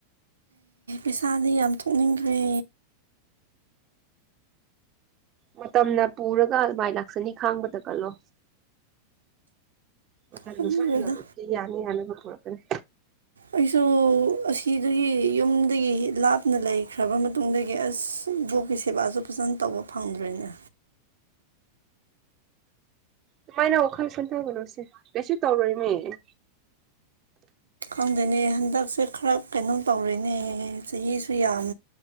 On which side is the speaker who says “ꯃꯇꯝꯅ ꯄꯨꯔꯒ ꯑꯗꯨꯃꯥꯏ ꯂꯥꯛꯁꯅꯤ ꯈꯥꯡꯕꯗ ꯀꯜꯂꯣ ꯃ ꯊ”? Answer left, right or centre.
Right